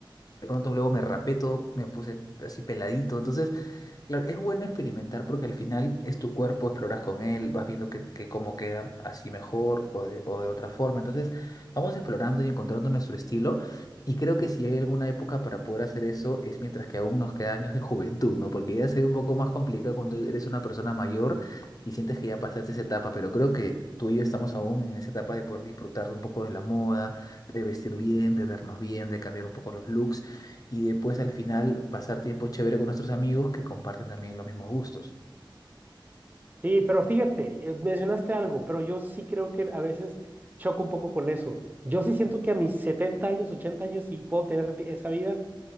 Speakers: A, on the left; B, on the right.
A: de pronto luego me rapé todo, me puse así peladito. Entonces Claro, es bueno experimentar porque al final es tu cuerpo, exploras con él, vas viendo que, que cómo queda así mejor o de, o de otra forma. Entonces, vamos explorando y encontrando nuestro estilo. Y creo que si hay alguna época para poder hacer eso es mientras que aún nos queda años de juventud, ¿no? Porque ya se ve un poco más complicado cuando eres una persona mayor y sientes que ya pasaste esa etapa. Pero creo que tú y yo estamos aún en esa etapa de poder disfrutar de un poco de la moda, de vestir bien, de vernos bien, de cambiar un poco los looks y después al final pasar tiempo chévere con nuestros amigos que comparten también los mismos gustos.
B: Sí, pero fíjate, eh, mencionaste algo, pero yo sí creo que a veces choco un poco con eso. Yo sí siento que a mis 70 años, 80 años, sí puedo tener vi- esa vida,